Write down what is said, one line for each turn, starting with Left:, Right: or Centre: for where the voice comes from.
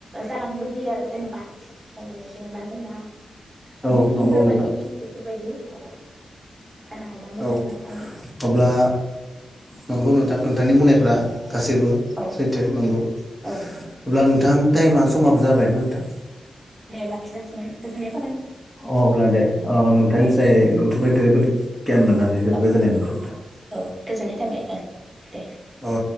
Right: जालांनो लुबैयो आरो जेनेबा औ जेनेबा जोंना
Centre: औ
Right: दिल्लीफोरबायदि
Centre: नंगौ नोंथां
Right: बेफोरबायदि औ जानो हायोबा मोजां
Centre: औ
Right: होनना सानो
Centre: अब्ला नंगौ नोंथां नोंथांनि बुंनायफ्रा गासैबो
Right: औ
Centre: सैथो नंगौ
Right: औ
Centre: अब्ला नोंथां टाइमा समाबो जाबायमोन नोंथां
Right: दे लाखिथ'नोसै <unintelligible> गोजोन्नाय
Centre: अब्ला दे अ नोंथांनिफ्रा
Right: औ दे
Centre: जोबोद गियान मोननानै जोबोद
Right: औ
Centre: गोजोननाय मोनदों नोंथां
Right: औ गोजोननाय थाबाय औ दे
Centre: औ